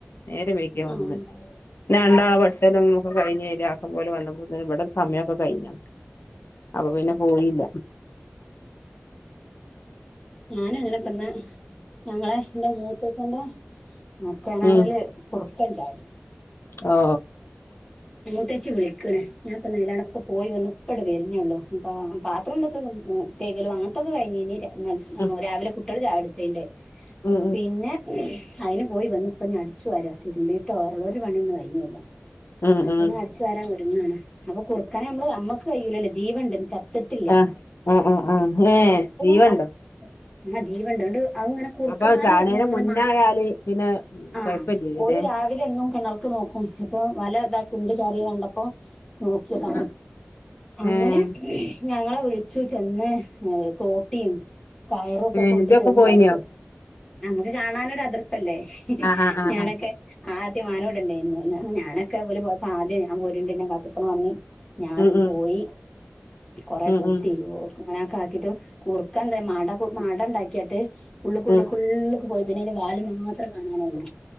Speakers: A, on the left; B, on the left.
A: നേരം വൈഗ്യ വന്ന്,
B: ആ
A: രണ്ടാളെ ഭക്ഷണക്കെ കഴിഞ്ഞ <unintelligible> പോലെ വന്ന ഇവിട സമയൊക്കെ കഴഞ്ഞാണ് അപ്പൊ പിന്നെ പോയില്ല.
B: ഞാനുങ്ങനെപ്പന്ന് ഞങ്ങളെ ന്റെ മൂത്തച്ചന്റെ ആ കിണറില്
A: ഉം
B: കുറുക്കൻ ചാടി.
A: ഓ
B: മൂത്തച്ചി വിളിക്ക്ണ് ഞാപ്പന്നയ്ലാണ്ടൊക്കൊ പോയി വന്ന് പ്പട് വര്നെള്ളൂ പാ പാത്രംന്തൊക്കെ <unintelligible> <unintelligible> അങ്ങൻതൊക്കെ കയിഞ്ഞ് <unintelligible>
A: ഉം
B: രാവിലെ കുട്ടികൾ ചായൊട്ച്ചന്റെ,
A: ഉം
B: പിന്നെ അയിന് പോയി വന്ന്പ്പോ ഞ് അടിച്ചു വാരാ തരുമ്പിയിട്ടോ വേറൊള്ളരു പണിന്ന് കഴിഞ്ഞില്ല. അപ്പൊ
A: ഉം ഉം ഉം
B: അങ്ങനെ അടിച്ചു വരാൻ ഒരുങ്ങാണ് അപ്പൊ കുറുക്കാനേ നമ്മള് നമ്മക്ക് കഴയില്ലല്ലോ ജീവണ്ട് ച ത്ത്ട്ട്ല്ല
A: ആഹ് ആഹ് ആഹ് ആഹ് ഏഹ്
B: <unintelligible>
A: ജീവണ്ടോ
B: ആ ജീവൻണ്ട് ണ്ട് അത്ങ്ങനെ കുർ
A: അപ്പൊ
B: ക്കന്മാര്ങ്ങനെ
A: ചാണേന് മുന്നായാല്
B: മാ
A: പിന്നെ
B: ആ
A: കൊഴപ്പല്ലേല്ലേ
B: ഓര് രാവിലെന്നും കെണർ ക്ക് നോക്കും ഇപ്പൊ വല താക്കുണ്ട് ചാടിയ കണ്ടപ്പോ നോക്കിയത,
A: ആഹ്
B: അങ്ങനെ
A: ഏഹ്
B: ഞങ്ങളെ വിളിച്ചു ചെന്ന് തോട്ടിം കയറൊക്കെ
A: ഏഹ്
B: കൊണ്ട്
A: ഇജൊക്കെ
B: ചെന്ന്
A: പോയിനോ
B: വല കെ നമുക്ക് കാണാനൊരതൃപ്പല്ലേ
A: ആഹ് ആഹ് ആഹ്
B: ഞാനൊക്കെ
A: ആഹ്
B: ആദ്യ മാനോടണ്ടേന്ന്ന്ന് ഞാനൊക്കെ പോല പോയപ്പോ ആദ്യം ഞാൻ പോരുണ്ട്ന്നെ കത്തിക്കണ വന്ന്, ഞാനും
A: ഉം ഉം
B: പോയി കൊറെ
A: ഉം
B: കുത്തി
A: ഉം
B: അങ്ങനൊക്കെ ആക്കിട്ടും കുർക്കന്ത്‌ മാട മാടണ്ടാക്കിയാട്ട് ഉള്ള്ക്കുള്ള്ക്കുള്ള്ക്ക്
A: ഉം
B: പോയി പിന്നെ അയിന്റെ വാല് മാത്രം കാണാനുള്ളു